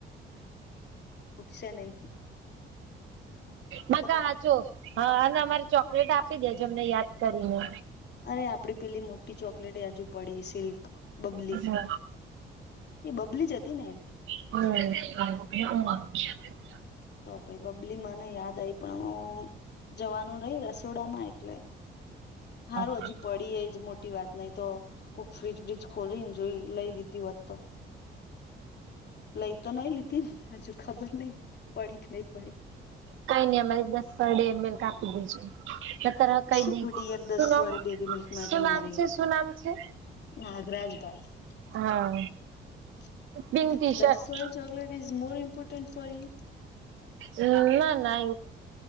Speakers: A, on the left (about 55°); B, on the right (about 80°).
A: સેનાઈ
B: મ કે
A: બધી
B: હાચો. હા અને અમારે ચોકલેટ આપી દેજો અમને યાદ કરીને.
A: અરે આપડી પેલી મોટી ચોકલેટ હજુ પડી સિલ્ક. બબલી
B: હમ
A: એ બબલી જ હતી ને?
B: <unintelligible>
A: તો પહી બબલી મને યાદ આઈ પણ હ જવાનું નહી રસોડામાં એટલે. હારું
B: હમ
A: હજી પડી એ જ મો ટી વાત નહી તો કોક ફ્રીજ બ્રીજ ખોલીને જોઈ લઈ લીધી હોત તો. લઈ તો નઈ લીધી ને હજુ ખબર નઈ પડી કે નઈ પડી.
B: કઈ નઈ અમારે દસ ડેલ કાપી દીજું. તાર કઈ
A: શું
B: દઈશ
A: પુડીયર દસ
B: સુમ
A: વાળી ડેરી મિલ્ક માટે
B: સુું નામ
A: મરે
B: છે સુું નામ છે?
A: નાગરાજભાઈ
B: હા પિંક
A: એ દસ
B: ટી
A: વાળી
B: શર્ટ
A: chocolate is more important for you.
B: ના ના <inaudible>